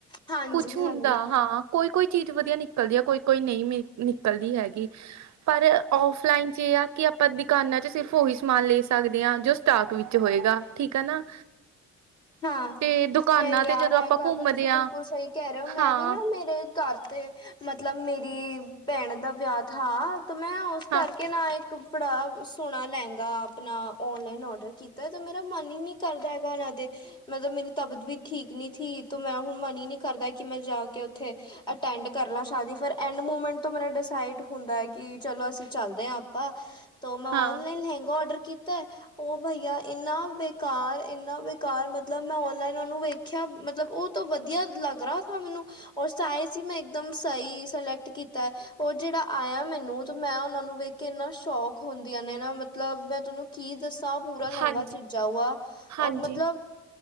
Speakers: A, on the left; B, on the right.
A: ਹਾਂਜੀ
B: ਕੁਛ ਹੁੰਦਾ
A: ਹਾਂਜੀ
B: ਹਾਂ ਕੋਈ ਕੋਈ ਚੀਜ਼ ਵਧੀਆ। ਵਧੀਆ ਨਿਕਲਦੀ ਹੈ ਕੋਈ ਕੋਈ ਨਹੀਂ ਮ ਨਿਕਲਦੀ ਹੈਗੀ। ਪਰ ਆਫਲਾਈਨ ਚ ਇਹ ਆ ਕਿ ਆਪਾਂ ਦੁਕਾਨਾਂ ਚ ਸਿਰਫ ਉਹੀ ਸਮਾਨ ਲੈ ਸਕਦੇ ਹਾਂ ਜੋ ਸਟਾਕ ਵਿੱਚ ਹੋਏਗਾ ਠੀਕ ਹੈ ਨਾ।
A: ਹਾਂ
B: ਤੇ ਦੁਕਾਨਾਂ
A: ਨਹੀਂ ਯਾਰ
B: ਤੇ ਜਦੋਂ
A: ਇਹ
B: ਆਪਾਂ
A: ਗੱਲ
B: ਘੁੰਮਦੇ
A: ਤਾਂ ਤੁਸੀਂ
B: ਹਾਂ
A: ਬਿਲਕੁਲ ਸਹੀ ਕਹਿ ਰਹੇ ਹੋ ਮੈਂ
B: ਹਾਂ
A: ਵੀ ਨਾ ਮੇਰੇ ਘਰ ਤੇ ਮਤਲਬ ਮੇਰੀ ਭੈਣ ਦਾ ਵਿਆਹ ਥਾ। ਤਾਂ ਮੈਂ ਉਸ ਕਰਕੇ
B: ਹਾਂ
A: ਨਾ ਇੱਕ ਬੜਾ ਸੋਹਣਾ ਲਹਿੰਗਾ ਆਪਣਾ ਔਨਲਾਈਨ ਔਡਰ ਕੀਤਾ ਹੈ ਤਾਂ ਮੇਰਾ ਮਨ ਹੀ ਨਹੀਂ ਕਰਦਾ ਹੈਗਾ ਉਹਨਾਂ ਦੇ ਮਤਲਬ ਮੇਰੀ ਤਬੀਅਤ ਵੀ ਠੀਕ ਨੀ ਥੀ ਤੇ ਮੈਂ ਹੁਣ ਮਨ ਹੀ ਨੀ ਕਰਦਾ ਕਿ ਮੈਂ ਜਾ ਕੇ ਉੱਥੇ ਅਟੈਂਡ ਕਰ ਲਾਂ ਸ਼ਾਦੀ ਫਿਰ ਐਂਡ ਮੂਮੈਂਟ ਤੋਂ ਮੇਰਾ ਡਿਸਾਈਡ ਹੁੰਦਾ ਕਿ ਚਲੋ ਅਸੀਂ ਚੱਲਦੇ ਹਾਂ ਆਪਾਂ। ਤੋਂ ਮੈਂ ਓਨਲਾਈਨ
B: ਹਾਂ
A: ਲਹਿੰਗਾ ਉਡਰ ਕੀਤਾ ਉਹ ਭਈਆ ਇੰਨਾ ਬੇਕਾਰ ਇੰਨਾ ਬੇ ਬੇਕਾਰ ਮਤਲਬ ਮੈਂ ਔਨਲਾਈਨ ਉਹਨੂੰ ਵੇਖਿਆ ਮਤਲਬ ਉਹ ਤੋਂ ਵਧੀਆ ਲੱਗ ਰਹਾ ਥਾ ਮੈਨੂੰ। ਔਰ ਸਾਇਜ਼ ਹੀ ਮੈਂ ਇੱਕਦਮ ਸਹੀ ਸਿਲੈਕਟ ਕੀਤਾ। ਉਹ ਜਿਹੜਾ ਆਇਆ ਮੈਨੂੰ ਤੇ ਮੈਂ ਉਹਨਾਂ ਨੂੰ ਵੇਖ ਕੇ ਇੰਨਾ ਸ਼ੌਕ ਹੁੰਦੀਆਂ ਨੇ ਨਾ ਮਤਲਬ ਮੈਂ ਤੁਹਾਨੂੰ ਕੀ ਦੱਸਾ ਪੂਰਾ ਲਹਿੰਗਾ
B: ਹਾਂਜੀ
A: ਛਿਜਿਆ ਹੋਇਆ
B: ਹਾਂਜੀ
A: ਔਰ ਮਤਲਬ